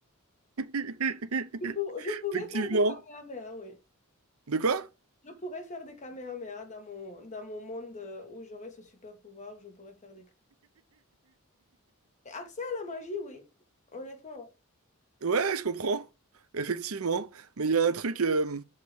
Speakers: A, on the right; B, on the left.
A: <laughs>
B: je, pour- je pourrais
A: Effectivement.
B: faire des kamehameha, oui.
A: De quoi?
B: Je pourrais faire des kamehameha dans mon, dans mon monde euh, où j'aurais ce super pouvoir, je pourrais faire des kamehameha. Accès à la magie, oui. Honnêtement, ouais.
A: Ouais, je comprends. Effectivement. Mais il y a un truc. euh,